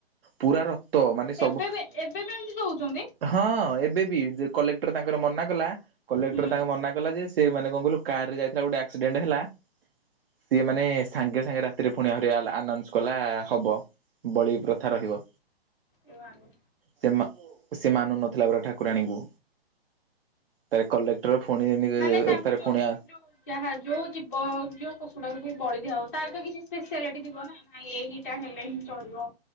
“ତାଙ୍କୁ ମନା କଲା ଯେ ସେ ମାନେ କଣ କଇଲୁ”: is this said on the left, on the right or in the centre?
Right